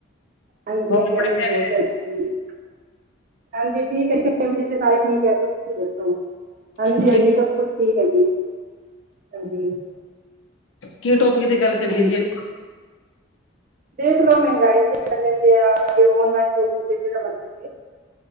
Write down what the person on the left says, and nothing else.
ਹੋਰ ਆਪਣੇ
ਫੈਮਲੀ
ਠੀਕ
ਕੀ ਟੋਪਿਕ ਦੀ ਗੱਲ ਕਰੀਏ
ਜੀ ਅਪ